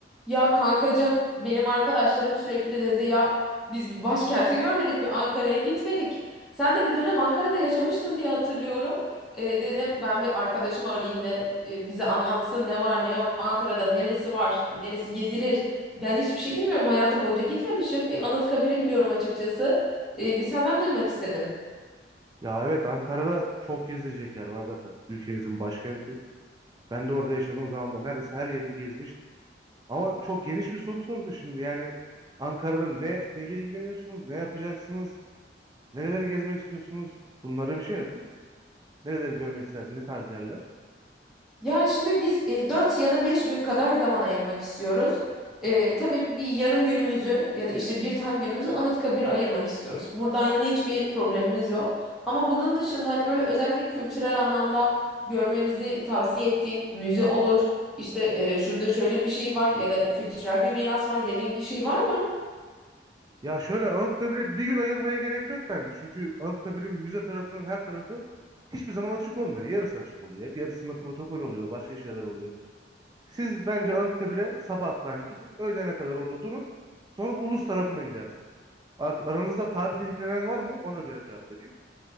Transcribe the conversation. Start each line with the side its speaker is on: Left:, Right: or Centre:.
Centre: Ya kankacığım benim arkadaşlarım sürekli dedi ya biz bir başkenti görmedik bir Ankara'ya gitmedik. Sen de bir dönem Ankara'da yaşamıştın diye hatırlıyorum. Ee, dedim ben bir arkadaşımı arayayım da e, bize anlatsın ne var ne yok. Ankara'da neresi var neresi gezilir. Ben hiçbir şey bilmiyorum hayatım boyunca gitmemişim. Bir Anıtkabir'i biliyorum açıkçası. Ee, bir senden duymak istedim.
Right: Ya evet Ankara'da çok gezilecek yer var zaten ülkemizin başkenti. Ben de orada yaşadığım zaman da neredeyse her yerini gezmiştim. Ama çok geniş bir soru sordun şimdi. Yani Ankara'da ne neyle ilgileniyorsunuz? Ne yapacaksınız? Nereleri gezmek istiyorsunuz? Bunlara bir şey yapın. Nereleri görmek istersiniz? Ne tarz yerler?
Centre: Ya şimdi biz e, 4 ya da 5 gün kadar zaman ayırmak istiyoruz. E, tabii bir yarım günümüzü ya da işte bir tam günümüzü Anıtkabir'e ayırmak istiyoruz. Buradan yana hiçbir problemimiz yok. Ama bunun dışında hani böyle özellikle kültürel anlamda görmemizi tavsiye ettiğin müze olur işte e, şurada şöyle bir şey var ya da kültürel bir miras var dediğin bir şey var mı?
Right: Ya şöyle Anıtkabir'e bir gün ayırmaya gerek yok bence. Çünkü Anıtkabir'in müze tarafının her tarafı hiçbir zaman açık olmuyor. Yarısı açık oluyor. Hep yarısında protokol oluyor. Başka şeyler oluyor. Siz bence Anıtkabir'e sabahtan gidin. Öğlene kadar orada durun. Sonra Ulus tarafına gidersiniz. Ar- Aranızda tarihle ilgilenen var mı? Ona göre cevap vereyim.